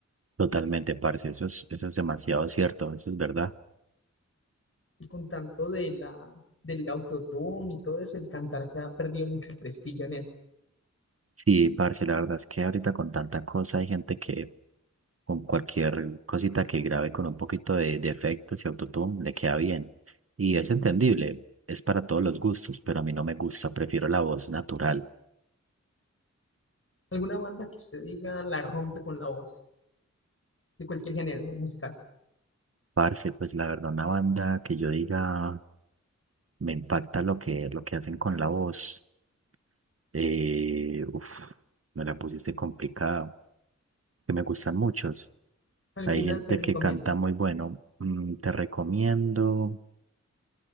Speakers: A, on the right; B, on the left.
A: Totalmente, parce, eso es, eso es demasiado cierto, eso es verdad.
B: con tanto de la, del autotune y todo eso, el cantar se ha perdido mucho el prestigio en eso.
A: Sí, parce, la verdad es que ahorita con tanta cosa hay gente que con cualquier cosita que grabe con un poquito de, de efectos y autotune le queda bien. Y es entendible, es para todos los gustos, pero a mí no me gusta, prefiero la voz natural.
B: ¿Alguna banda que usted diga la rompe con la voz de cualquier género musical?
A: Parce, pues la verdad, una banda que yo diga me impacta lo que, lo que hacen con la voz. Eh, uf, me la pusiste complicada. que me gustan muchos.
B: ¿Alguna
A: Hay gente
B: que recomiende?
A: que canta muy bueno, mm, te recomiendo,